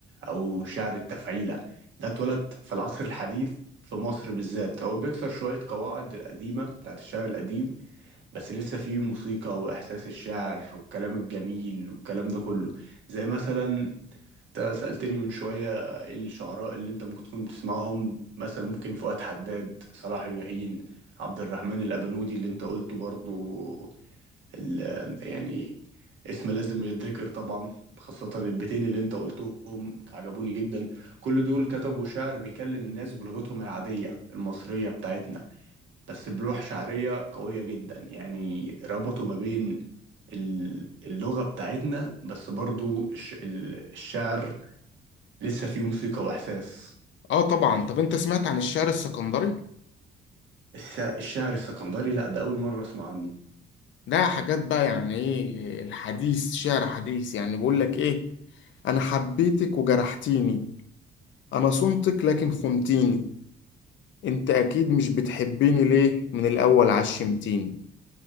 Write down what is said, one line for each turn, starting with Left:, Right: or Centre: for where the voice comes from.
Right: أو شعر التفعيلة ده اتولد في العصر الحديث في مصر بالذات هو بيكسر شوية قواعد القديمة بتاعت الشعر القديم بس لسه فيه موسيقى واحساس الشعر والكلام الجميل والكلام ده كله زي مثلا انت سألتني من شوية ايه الشعراء اللي انت ممكن تكون بتسمعهم مثلا ممكن فؤاد حداد صلاح الجاهين عبد الرحمن الأبنودي اللي انت قلته برضو ال- يعني اسم لازم يتذكر طبعا خاصة البيتين اللي انت قلتهم عجبوني جدا كل دول كتبوا شعر بيكلم الناس بلغتهم العادية المصرية بتاعتنا بس بلوح شعرية قوية جدا يعني ربطوا ما بين ال- اللغة بتاعتنا بس برضو الش- ال- الشعر لسه فيه موسيقى وإحساس
Left: اه طبعا طب انت سمعت عن الشعر السكندري
Right: الس- الشعر السكندري لا ده أول مرة أسمع عنه
Left: ده حاجات بقى يعني ايه الحديث شعر حديث يعني بيقول لك ايه انا حبيتك وجرحتيني انا صمتك لكن خنتيني انت اكيد مش بتحبيني ليه من الاول عشمتيني